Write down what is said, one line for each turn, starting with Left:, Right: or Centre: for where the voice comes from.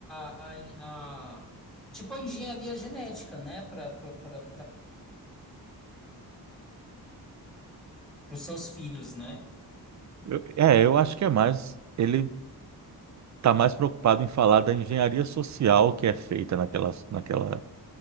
Centre: a, a, en- a- tipo a engenharia genética, né, para para os seus filhos, né?
Right: Eu- é, eu acho que é mais ele está mais preocupado em falar da engenharia social que é feita naquela naquela